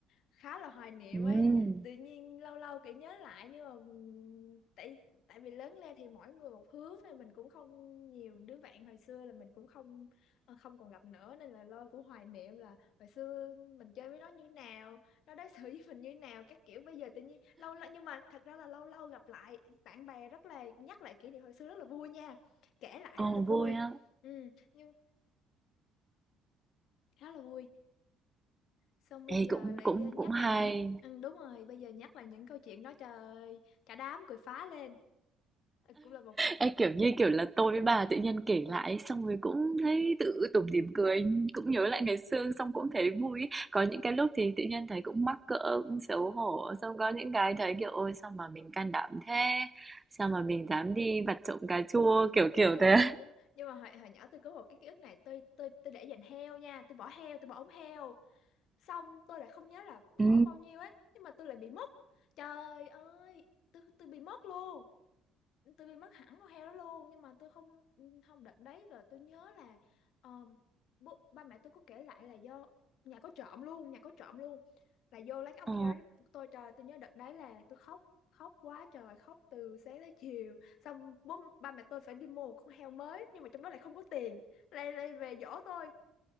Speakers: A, on the left; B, on the right.
A: khá là hoài niệm
B: Ừm,
A: ấy tự nhiên lâu lâu kiểu nhớ lại nhưng mà ừm, tại tại vì lớn lên thì mỗi người một hướng nên mình cũng không nhiều đứa bạn hồi xưa là mình cũng không ờ, không còn gặp nữa nên là lo cũng hoài niệm là hồi xưa mình chơi với nó như nào nó đối xử <laughs> với mình như nào các kiểu bây giờ tự nhiên lâu lâu nhưng mà thật ra là lâu lâu gặp lại bạn bè rất là nhắc lại kỷ niệm hồi xưa rất là vui nha kể lại
B: Ồ
A: rất là vui
B: vui á.
A: Ừ, nhưng khá là vui. Xong bây
B: Ê
A: giờ
B: cũng
A: lại
B: cũng
A: ờ, nhắc
B: cũng hay.
A: lại những ừ, đúng rồi, bây giờ nhắc lại những câu chuyện đó trời ơi, cả đám cười phá lên. Ờ, cũng là một phần.
B: Ê kiểu như kiểu là tôi với bà tự nhiên kể lại xong rồi cũng thấy tự tủm tỉm cười, cũng nhớ lại ngày xưa xong cũng thấy vui. Có những cái lúc thì tự nhiên thấy cũng mắc cỡ, cũng xấu hổ, xong có những cái thấy kiểu ôi sao mà mình can đảm thế, sao mà mình dám đi vặt trộm cà chua kiểu kiểu
A: Ờ,
B: thế.
A: đúng- nhưng mà hồi, hồi nhỏ tôi có một cái ký ức này tôi tôi tôi để dành heo nha tôi bỏ heo tôi bỏ ống heo xong tôi lại không nhớ là bỏ
B: Ừ.
A: bao nhiêu ấy nhưng mà tôi lại bị mất trời ơi tôi tôi bị mất luôn tôi bị mất hẳn con heo đó luôn nhưng mà tôi không không đợt đấy rồi tôi nhớ là ờ, bố, ba mẹ tôi có kể lại là do nhà có trộm luôn nhà có trộm luôn là vô lấy cái ống
B: Ồ.
A: heo đó cho tôi trời tôi nhớ đợt đấy là tôi khóc khóc quá trời khóc từ sáng tới chiều xong bố ba mẹ tôi phải đi mua một con heo mới nhưng mà trong đó lại không có tiền lại lại về dỗ tôi